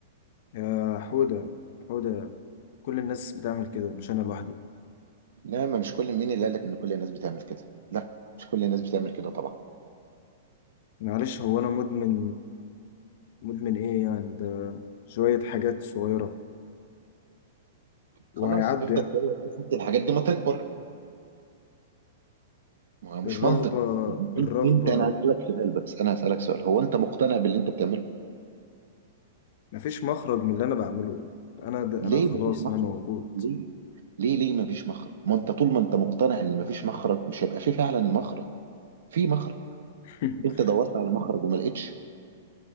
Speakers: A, on the left; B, on the right.
A: يا حودة حودة كل الناس بتعمل كده مش انا لوحدي
B: لا ما مش كل مين اللي قال لك ان كل الناس بتعمل كده لا مش كل الناس بتعمل كده طبعا
A: معلش هو انا مدمن مدمن ايه يعني ده شوية حاجات صغيرة وهيعدوا
B: خلاص افضل
A: يعني
B: تقول لك انت الحاجات دي ما تكبر ما هو مش
A: الرغبة
B: منطق
A: الرغبة
B: انت انت انا هسألك سؤال بس انا هسألك سؤال هو انت مقتنع باللي انت بتعمله
A: مفيش مخرج من اللي انا بعمله انا ده
B: ليه
A: انا خلاص
B: مفيش مخرج
A: انا موجود
B: ليه ليه ليه مفيش مخرج ما انت طول ما انت مقتنع ان مفيش مخرج مش هيبقى في فعلا مخرج في مخرج
A: <laughs>
B: انت دورت على مخرج وما لقيتش